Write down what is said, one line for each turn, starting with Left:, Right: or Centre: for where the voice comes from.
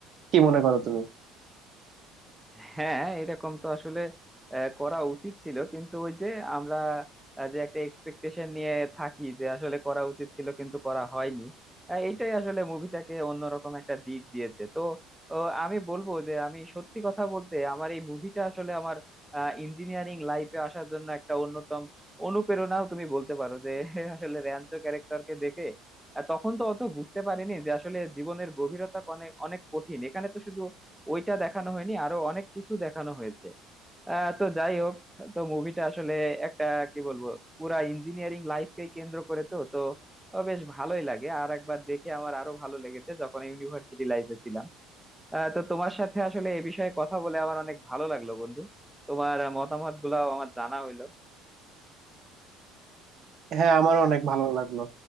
Right: কি মনে করো তুমি
Centre: হ্যাঁ এরকম তো আসলে আহ, করা উচিত ছিল কিন্তু ওই যে আমরা আহ, যে একটা এক্সপেকটেশন নিয়ে থাকি যে আসলে করা উচিত ছিল কিন্তু করা হয়নি আহ, এইটাই আসলে মুভিটাকে অন্যরকম একটা দিক দিয়েছে তো ও, আমি বলবো যে আমি সত্যি কথা বলতে আমার এই মুভিটা আসলে আমার ইঞ্জিনিয়ারিং লাইফে আসার জন্য একটা অন্যতম অনুপ্রেরণাও তুমি বলতে পারো যে <laughs> আসলে র্যাঞ্চো ক্যারেক্টারকে দেখে আহ, তখন তো অত বুঝতে পারিনি যে আসলে জীবনের গভীরতা অনেক অনেক কঠিন এখানে তো শুধু ওইটা দেখানো হয়নি আরো অনেক কিছু দেখানো হয়েছে আহ, তো যাই হোক তো মুভিটা আসলে একটা কি বলবো পুরা ইঞ্জিনিয়ারিং লাইফকে কেন্দ্র করে তো তো ও বেশ ভালোই লাগে আর একবার দেখে আমার আরো ভালো লেগেছে যখন ইউনিভার্সিটি লাইফে ছিলাম আহ, তো তোমার সাথে আসলে এ বিষয়ে কথা বলে আমার অনেক ভালো লাগলো বন্ধু তোমার মতামত গুলাও আমার জানা হইলো
Right: হ্যাঁ আমার অনেক ভালো লাগলো